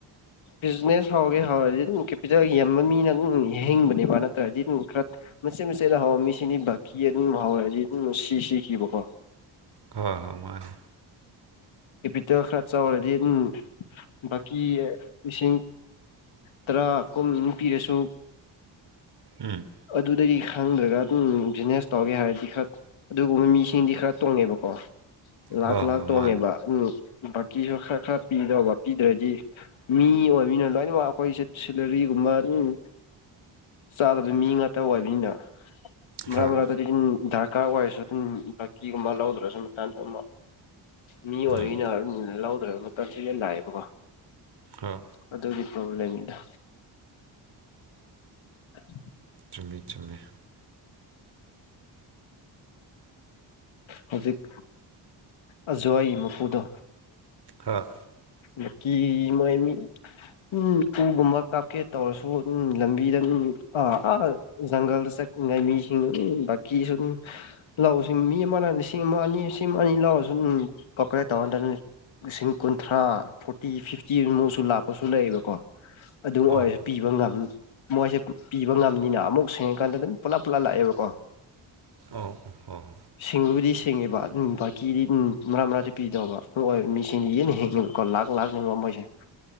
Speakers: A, on the left; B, on the right.
A: ꯕꯤꯖꯤꯅꯦꯁ ꯍꯧꯒꯦ ꯍꯧꯔꯗꯤ ꯑꯗꯨꯝ ꯀꯦꯄꯤꯇꯦꯜ ꯌꯦꯟꯕ ꯃꯤꯅ ꯑꯗꯨꯝ ꯌꯥ ꯍꯤꯡꯕꯅꯦꯕ ꯅꯠꯇ꯭ꯔꯗꯤ ꯑꯗꯨꯝ ꯈꯔ ꯃꯆꯦꯠ ꯃꯆꯦꯠꯗ ꯍꯥꯎꯋ ꯃꯤꯁꯤꯅꯤ ꯕꯀꯤ ꯑꯗꯨꯝ ꯍꯥꯎꯋꯦ ꯍꯥꯏꯗꯤ ꯑꯗꯨꯝ ꯁꯤ ꯁꯤꯈꯤꯕꯀꯣ
B: ꯍ ꯍꯣꯏ ꯃꯥꯅꯦ
A: ꯀꯦꯄꯤꯇꯦꯜ ꯈꯔ ꯆꯥꯎꯔꯗꯤ ꯎꯝ ꯕꯀꯤ ꯂꯤꯁꯤꯡ ꯇꯔꯥ ꯀꯨꯝ ꯄꯤꯔꯁꯨ
B: ꯎꯝ
A: ꯑꯗꯨꯗꯒꯤ ꯈꯪꯗ꯭ꯔꯒ ꯑꯗꯨꯝ ꯕꯤꯖꯤꯅꯦꯁ ꯇꯧꯒꯦ ꯍꯥꯏꯔꯗꯤ ꯈꯔ ꯑꯗꯨꯒꯨꯝꯃ ꯃꯤꯁꯤꯡꯗꯤ ꯈꯔ ꯇꯣꯡꯉꯦꯕꯀꯣ ꯂꯥꯛ
B: ꯍꯣꯏ
A: ꯂꯥꯛ
B: ꯍꯣꯏ
A: ꯇꯣꯡꯉꯦꯕ
B: ꯃꯥꯅꯦ
A: ꯎꯝ ꯕꯥꯀꯤꯁꯨ ꯈꯔ ꯈꯔ ꯄꯤꯗꯧꯕ ꯄꯤꯗ꯭ꯔꯗꯤ ꯃꯤ ꯑꯣꯏꯕꯅꯤꯅ ꯂꯣꯏꯅꯃꯛ ꯑꯈꯣꯏꯁꯨ ꯁꯨꯂꯔꯤꯒꯨꯝ ꯃ ꯑꯝ ꯆꯥꯗꯕ ꯃꯤ ꯉꯥꯇ ꯑꯣꯏꯕꯅꯤꯅ ꯃꯔꯥ
B: ꯍꯣꯏ
A: ꯃꯔꯛꯇꯗꯤ ꯏꯟ ꯙꯔꯀꯥꯔ ꯑꯣꯏꯔꯁꯨ ꯑꯗꯨꯝ ꯕꯀꯤꯒꯨꯝꯕ ꯂꯧꯗ꯭ꯔꯁꯨ ꯃꯇꯥꯏꯝꯁ ꯑꯝ ꯃꯤ ꯑꯣꯏꯤꯅ
B: ꯎꯝ
A: ꯂꯧꯗꯔꯕ ꯃꯇꯝ ꯁꯤꯖꯟ ꯂꯥꯛꯑꯦꯕꯀꯣ
B: ꯍꯣꯏ
A: ꯑꯗꯨꯒꯤ ꯕꯧꯂꯦꯝ ꯏꯗ <unintelligible>
B: ꯆꯨꯝꯃꯦ ꯆꯨꯝꯃꯦ
A: ꯍꯧꯖꯤꯛ ꯑꯖꯨꯋꯥꯏꯒꯤ ꯃꯄꯨꯗꯣ
B: ꯍꯣꯏ
A: ꯂꯀꯤ ꯃꯣꯏꯃꯤ ꯎꯝ ꯎꯒꯨꯝꯕ ꯀꯥꯞꯀꯦ ꯇꯧꯔꯁꯨ ꯎꯝ ꯂꯝꯕꯤꯗ ꯑꯝ ꯑ ꯖꯪꯒꯜꯗ ꯆꯠ ꯉꯥꯏ ꯃꯤꯁꯤꯡꯗꯨ ꯎꯝ ꯕꯀꯤ ꯁꯨ ꯑꯗꯨꯝ ꯂꯥꯎꯁꯤꯡ ꯃꯤ ꯑꯃꯅ ꯂꯤꯁꯤꯡ ꯑꯃ ꯑꯅꯤ ꯁꯤꯝ ꯑꯅꯤ ꯂꯧꯎꯔꯖꯨ ꯎꯝ ꯀꯀꯔꯦ ꯇꯧꯍꯟꯗꯅꯨꯅꯦ ꯏꯁꯤꯡ ꯀꯨꯟꯊ꯭ꯔꯥ ꯐꯣꯔꯇꯤ ꯐꯤꯐꯇꯤ ꯑꯃꯨꯛꯁꯨ ꯂꯥꯛꯄꯁꯨ ꯂꯩꯌꯦꯕꯀꯣ ꯑꯗꯨꯝ ꯑꯣꯏꯔꯁꯨ
B: ꯑꯧ
A: ꯄꯤꯕ ꯉꯝ ꯃꯣꯏꯁꯦ ꯄꯤꯕ ꯉꯝꯅꯤꯅ ꯑꯃꯨꯛ ꯁꯦꯡꯉꯀꯥꯟꯗ ꯑꯗꯨꯝ ꯄꯨꯂꯞ ꯄꯨꯂꯞ ꯂꯥꯛꯑꯦꯕꯀꯣ
B: ꯑꯧ ꯍꯣꯏ
A: ꯁꯤꯡꯕꯕꯨꯗꯤ ꯁꯤ ꯊꯤꯡꯉꯤꯕ ꯑꯗꯨꯝ ꯚꯀꯤꯗꯤ ꯎꯝ ꯃꯔꯥ ꯃꯔꯥꯛꯇ ꯄꯤꯗꯧꯕ ꯇꯣꯍꯣꯏ ꯃꯤꯁꯤꯡꯒꯤ ꯑꯦꯅꯤ ꯅꯤꯍꯤꯝ ꯀꯣ ꯂꯥꯛ ꯂꯥꯛ ꯅꯤꯕ ꯃꯣꯏꯁꯦ